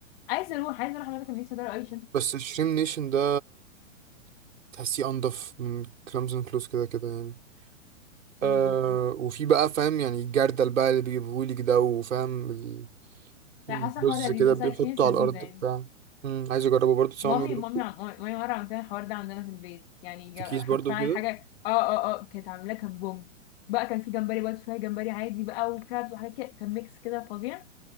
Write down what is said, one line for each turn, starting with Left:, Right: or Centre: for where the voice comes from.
Left: عايزه اروح عايزه اروح اماكن نفسي ادور قوي
Right: بس الشريم نيشن ده تحسيه انضف من كلامز اند كلوز كده كده يعني آه
Left: عشان
Right: وفي بقى فاهم يعني الجردل بقى اللي بيجيبهولك ده وفاهم ال-
Left: لا
Right: الرز
Left: حاسه الحوار لذيذ
Right: كده
Left: حاسه
Right: بيحطه
Left: اكسبيرينس
Right: على
Left: لذيذه
Right: الارض
Left: يعني
Right: بتاع مم، عايز اجربه برضه بس
Left: مامي
Right: أنا عمري ما
Left: مامي
Right: جربته
Left: عم... مامي مره عملت لنا الحوار ده عندنا في البيت يعني
Right: في
Left: جا-
Right: كيس برضه
Left: حط فعلا
Right: كده
Left: حاجه اه اه اه كانت عاملاه كان بوم بقى كان في جمبري بقى فراي جمبري عادي بقى وكرابس وحاجات كده كان ميكس كده فظيع